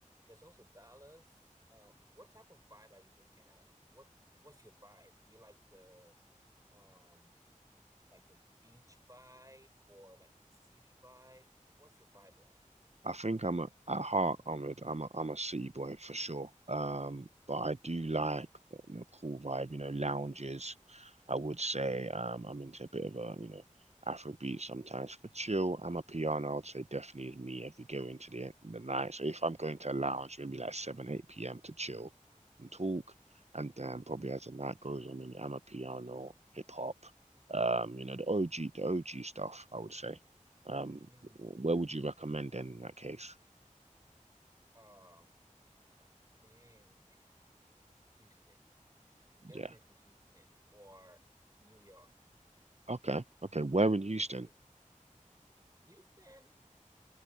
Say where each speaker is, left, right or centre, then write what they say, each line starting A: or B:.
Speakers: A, on the right; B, on the right.
A: there's also Dallas. Um, what type of vibe are you looking at? What what's your vibe? Do you like the um Like the beach vibe or like the city vibe? What's your vibe like?
B: I think I'm a, at heart, I'm a, I'm a, I'm a city boy for sure. Um, but I do like you know, cool vibe, you know, lounges. I would say
A: Mm,
B: um, I'm into a bit of a, you know, Afrobeat sometimes for chill. I'm a piano, I would say definitely is me if we go into the the night. So if I'm going to a lounge, maybe like 7, 8 p.m. to chill and talk. And then probably as the night goes on, maybe I'm a piano, hip hop, um, you know, the OG, the OG stuff, I would say. Um,
A: mm.
B: where would you recommend then in that case?
A: Um, I think Houston. Definitely
B: Yeah.
A: Houston or New York.
B: Okay. Okay. Where
A: One
B: in
A: of
B: Houston?
A: these two. Houston,